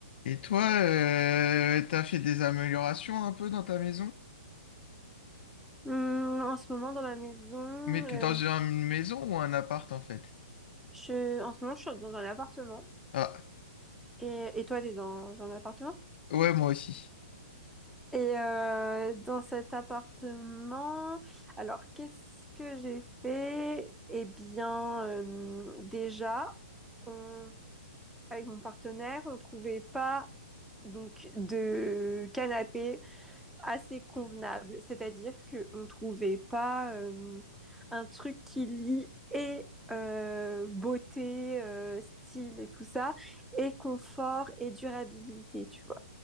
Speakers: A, on the left; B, in the centre.
A: Et toi, euh, t'as fait des améliorations un peu dans ta maison?
B: Hum, en ce moment, dans ma maison,
A: Mais t'es
B: euh,
A: dans une maison ou un appart en fait?
B: je, en ce moment, je suis dans un appartement.
A: Ah,
B: Et, et toi, t'es dans un appartement?
A: ouais, moi aussi.
B: Et euh, dans cet appartement, alors qu'est-ce que j'ai fait? Eh bien, euh, déjà, on- avec mon partenaire, on trouvait pas donc de canapé assez convenable. C'est-à-dire qu'on ne trouvait pas euh, un truc qui lie et euh, beauté, euh, style et tout ça, et confort et durabilité, tu vois.